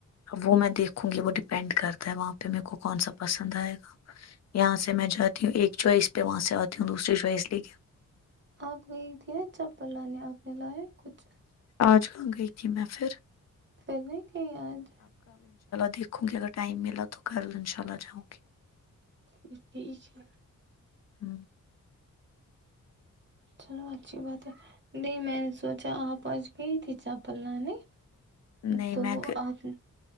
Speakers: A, on the left; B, on the right.
A: وہ میں دیکھوں گی وہ ڈیپینڈ کرتا ہے وہاں پہ میر کو کون سا پسند آئے گا یہاں سے میں جاتی ہوں ایک چوائس پہ وہاں سے آتی ہوں دوسری چوائس لے کے
B: آپ گئی تھی نا چپل لانے آپ اپ نے لایا کچھ
A: آج کہاں گئی تھی میں پھر
B: پھر نہیں کہیں آج
A: دھ گ اگر ٹائم ملا تو کرل انشاء اللہ جاؤکے
B: ٹھیک ہے
A: ہ
B: چلو اچھی بات ہے نہیں میں نے سوچا آپ آچ گئی تھی چاپل لانے
A: نہیں
B: تو
A: میں
B: آپ